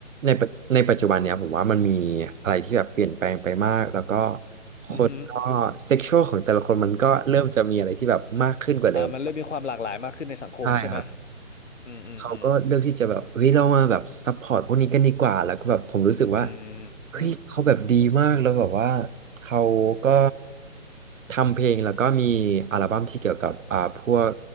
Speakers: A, on the right; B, on the left.
A: ในปัจในปัจจุบันเนี้ยผมว่ามันมีอะไรที่แบบเปลี่ยนแปลงไปมากแล้วก็คนก็
B: อือฮึ
A: เซ็กชวลของแต่ละคนมันก็เริ่มจะมีอะไรที่แบบมากขึ้นกว่าเดิม
B: อ่ามันเริ่มมีความหลากหลายมากขึ้นในสังคมใช่ไหม
A: ใช่ครับ
B: อืมอืมอืม
A: เขาก็เลือกที่จะแบบเฮ้ยเรามาแบบซัพพอร์ตพวกนี้กันดีกว่าแล้วก็แบบผมรู้สึกว่า
B: อืมอืม
A: เฮ้ยเขาแบบดีมากแล้วแบบว่าเขาก็ทำเพลงแล้วก็มีอัลบั้มที่เกี่ยวกับอ่าพวก